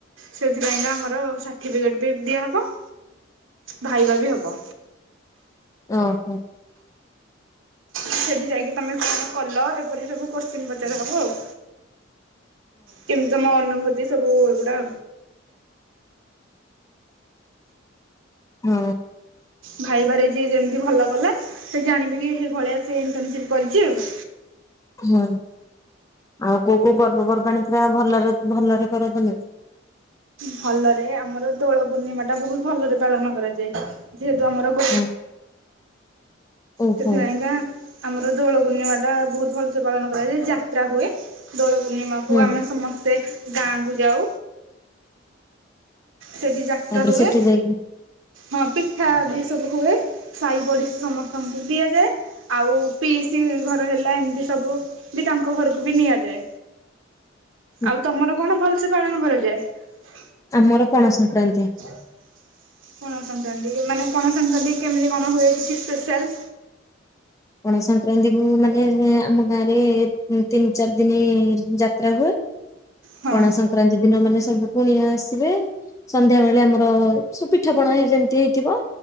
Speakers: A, on the right (about 85°); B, on the left (about 15°).
A: ସେଥିପାଇଁକା ଆମର ସାର୍ଟିଫିକେଟ ବି ଦିଆହବ। ଭାଇଭା ବି ହବ।
B: ଓ ହୋ।
A: ସେଠି ଯାଇକି ତମେ କଣ କଲ ଏପରି ସବୁ କୋଶ୍ଚିିନ ପଚାର ହବ ଆଉ। କେମିତି ତମ ଅନୁଭୂତି ସବୁ ଏଗୁଡା।
B: ହୁଁ।
A: ଭାଇବାରେ ଯିଏ ଯେମିତି ଭଲ କଲା ସେ ଜାଣିବ କି ସେଇ ଭଳିଆ ସେ ଇଣ୍ଟର୍ନସିପ କରିଛି ଆଉ
B: ହୁଁ ଆଉ କୋଉ କୋଉ ପର୍ବପର୍ବାଣି ପୁରା ଭଲରେ ଭଲରେ କର ତମେ?
A: ଭଲରେ ଆମର ଦୋଳ ପୂର୍ଣ୍ଣିମାଟା ବହୁତ ଭଲରେ ପାଳନ କରାଯାଏ ଯେହେତୁ ଆମର ଗୋ
B: ହୁଁ। ଓହୋ
A: ସେଥିପାଇଁକା ଆମର ଦୋଳ ପୂର୍ଣ୍ଣିମାଟା ବହୁତ ଭଲସେ ପାଳନ କରାଯାଏ ଯାତ୍ରା ହୁଏ। ଦୋଳ ପୂର୍ଣ୍ଣିମାକୁ
B: ହୁଁ
A: ଆମେ ସମସ୍ତେ ଗାଁକୁ ଯାଉ ସେଠି ଯାତ୍ରା
B: ତାପରେ
A: ହୁଏ।
B: ସେଠି ଯାଇକି
A: ହଁ ପିଠା ବି ସବୁ ହୁଏ ସାଇ ପଡିଶା ସମସ୍ତଙ୍କୁ ଦିଆଯାଏ। ଆଉ ପି ସ ଘର ହେଲା ଏମିତି ସବୁ ବି ତାଙ୍କ ଘରକୁ ବି ନିଆଯାଏ।
B: ହା <unintelligible>
A: ଆଉ ତମର କଣ ଭଲସେ ପାଳନ କରାଯାଏ।
B: ଆମର ପଣା ସଂକ୍ରାନ୍ତି।
A: ହ <unintelligible> ପଣା ସଂକ୍ରାନ୍ତି ମାନେ ପଣା ସଂକ୍ରାନ୍ତି କେମିତି କଣ ହୁଏ କିଛି ସ୍ପେଶାଲ?
B: ପଣ ସଂକ୍ରାନ୍ତି କୁ ମାନେ ଆମ ଗାଁ ରେ ତିନି ଚାରି ଦିନ ଯାତ୍ରା ହୁଏ।
A: ହଁ
B: ପଣା ସଂକ୍ରକ୍ରାନ୍ତି ଦିନ ମାନେ ସବୁ କୁଣିଆ ଆସିବେ। ସନ୍ଧ୍ୟା ବେଳେ ଆମର ସ ପିଠା ପଣା ଯେମତି ହେଇଥିବ।